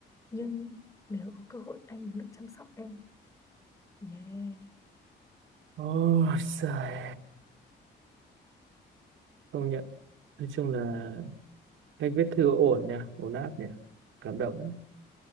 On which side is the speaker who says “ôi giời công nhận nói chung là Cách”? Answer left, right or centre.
Right